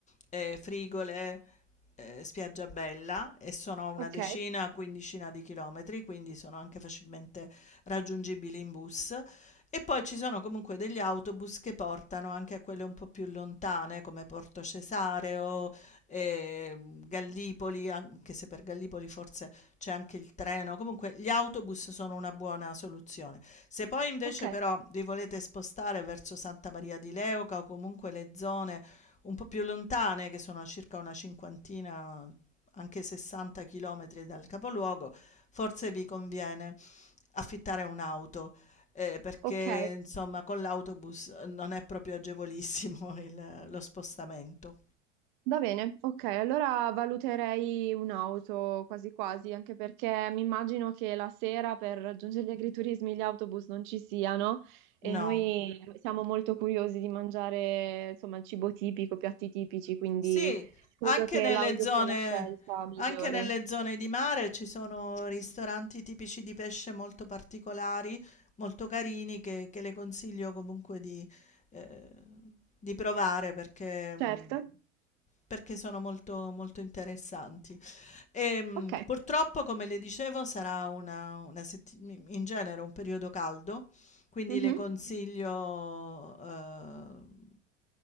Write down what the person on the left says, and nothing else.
ehm, Frigole, ehm, Spiaggiabella e sono una
decina, quindicina di chilometri, quindi sono anche facilmente raggiungibili in bus. E poi ci sono comunque degli autobus che portano anche a quelle un po' più lontane, come Porto Cesareo, eh, Gallipoli, anche se per Gallipoli forse c'è anche il treno. Comunque gli autobus sono una buona soluzione. Se poi invece
però vi volete spostare verso Santa Maria di Leuca o comunque le zone un po' più lontane, che sono circa una cinquantina anche 60 chilometri dal capoluogo, forse vi conviene affittare un'auto, ehm, perché
insomma con l'autobus non è proprio agevolissimo <laughs> il lo spostamento.
No.
Sì,
anche
nelle
zone,
anche nelle zone di mare ci sono ristoranti tipici di pesce molto particolari, molto carini, che, che le consiglio comunque di, eh, di provare perché, mh,
perché sono molto, molto interessanti. E, mh,
purtroppo, come le dicevo, sarà una, una setti- in genere un periodo caldo, quindi
le consiglio, eh,